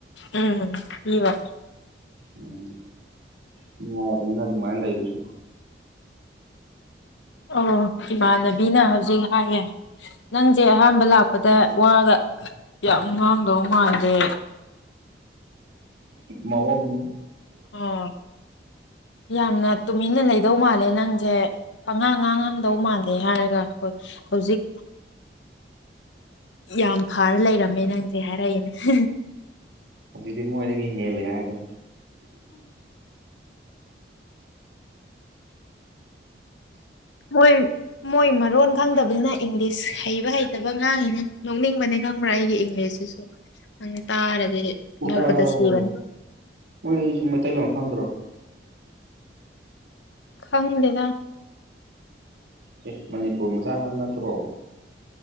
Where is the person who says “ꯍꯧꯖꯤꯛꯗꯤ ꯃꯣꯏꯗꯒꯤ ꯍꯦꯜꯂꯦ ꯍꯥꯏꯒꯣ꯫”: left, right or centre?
Right